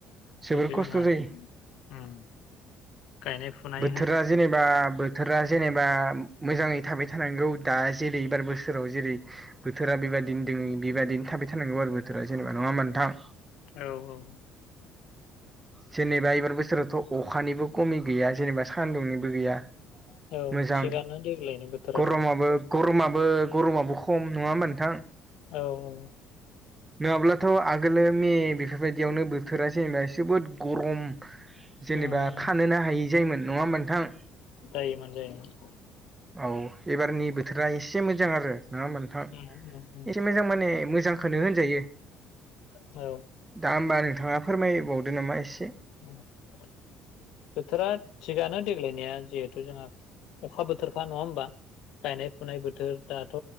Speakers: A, on the right; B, on the left.
A: जोबोर
B: बेथ'
A: खस्थ'
B: जोंहा ओम
A: जायो
B: गायनाय-फुनाय
A: थोरा जेनेबा आ बोथोरा जेनेबा मोजाङै थाबाय थानांगौ दा जेरै एबार बोसोराव जेरैओ बोथोरा बेबायदिनो दोङ बेबायदिनो थाबाय थानांगौ आरो बोथोरा जेनेबा नङा होनबा नोंथां।
B: औ औ।
A: जेनेबा एबार बोसोरावथ' अखानिबो खमि गैया जेनेबा सानदुंनिबो गैया।
B: औ
A: मोजां
B: थिगानो देग्लायनि बोथोराथ'
A: गरमाबो गरमाबो गरमाबो खम नङा होनबा नोंथां?
B: औ औ।
A: नङाब्लाथ' आगोलो मे बेफोरबायदियावनो बोथोरा जेनेबा जोबोद गरम जेनेबा
B: उम
A: खानोनो हायै जायोमोन नङा होमबा नोंथां?
B: जायोमोन जायोमोन।
A: औ एबारनि बोथोरा एसे मोजां आरो नङा होमबा? थां
B: उम उम उम
A: एसे मोजां माने मोजांखौनो होनजायो।
B: औ।
A: दा होमबा नोंथाङा फोरमायबावदो नामा एसे
B: <unintelligible> बोथोरा थिगानो देग्लायनिया जिहेथु जोंहा अखा बोथोरखा नङा होमबा? गायनाय फुनाय बोथोर दाथ'